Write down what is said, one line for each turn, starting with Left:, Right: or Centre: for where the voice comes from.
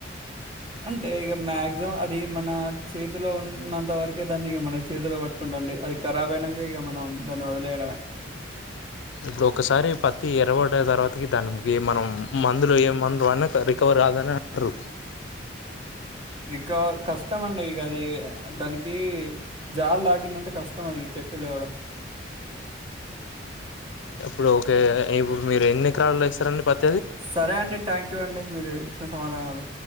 Right: అంటే ఇక మాక్సిమం అది మన చేతిలో ఉన్నంత వరకే దాన్ని మన చేతిలో పట్టుకుంటాండి అది ఖరాబ్యినక ఇక మనం దాన్ని వదిలేయడమే
Left: ఇప్పుడు ఒకసారి పత్తి ఎర్రపడా తర్వాతకి దానికి మనం మందులు ఏ మందులు అన్నా రికవర్ కాదని అంటారు
Right: రికవర్ కష్టమ అండి ఇక అది దానికి జాలు తాకిందంటే కష్టం అది చెట్టు లేవడం
Left: ఇప్పుడు ఓకే ఇప్పుడు మీరు ఎన్ని ఎకరాలు ఇస్తారడి ప
Right: సరే అండి థ్యాంక్ యూ అండి మీరు ఇచ్చిన సమాధానాలు